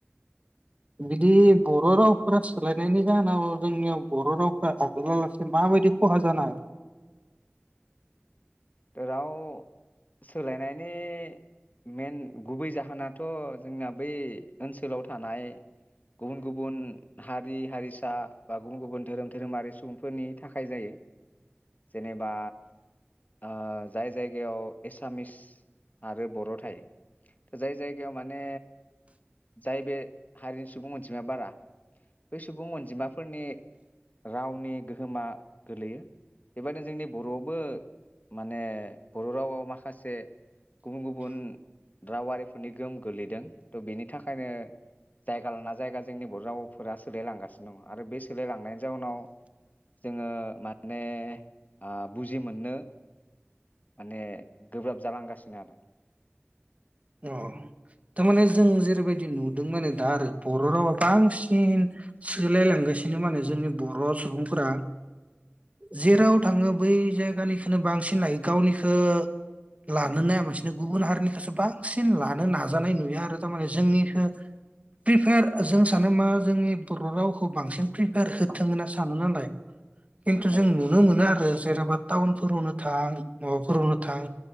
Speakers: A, on the right; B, on the left.
A: बिदि बर' रावफोरा सोलायनायनि जाहोनाव जोंनियाव बर' रावफोरा आगोलावलासे माबायदि खहा जानाय
B: राव सोलायनायनि मेन गुबै जाहोनाथ जोंना बै ओनसोलाव थानाय गुबुन गुबुन हारि हारिसा बा गुबुन गुबुन धोरोम धोरोमारि सुबुंफोरनि थाखाय जायो। जेनेबा ओ जाय जायगायाव एसामिस आरो बर' थायो। जाय जायगायाव माने जाय बे हारिनि सुबुं अनजिमाया बारा। बै सुबुं अनजिमाफोरनि रावनि गोहोमा गोलैयो बेबायदिनो जोंनि बर'आवबो माने बर' रावआव माखासे गुबुन गुबुन रावारिफोरनि गोहोम गोग्लैदों। थ' बेनि थाखायनो जायगा लाना जायगा जोंनि बर' रावफोरा सोलायलांगासिनो दङ आरो बे सोलायलांनायनि जाउनाव जोङो माने ओ बुजि मोननो माने गोब्राब जालांगासिनो आरो
A: अ थारमाने जों जेरैबायदि नुदों माने दा आरो बर' रावा बांसिन सोलायलांगासिनो। माने जोंनि बर' सुबुंफोरा जेराव थाङो बै जायगानिखोनो बांसिन लायो गावनिखौ लानो नायाबासिनो गुबुन हारिनिखौसो बां सिन लानो नाजानाय नुयो आरो थारमाने जोंनिखो प्रिपेयार जों सानो मा जोंनि बर' रावखौ बांसिन प्रिपेयार होथों होनना सानो नालाय। खिन्थु
B: औ
A: जों नुनो मोना आरो। जेनबा टाउनफोरावनो थां माबाफोरावनो थां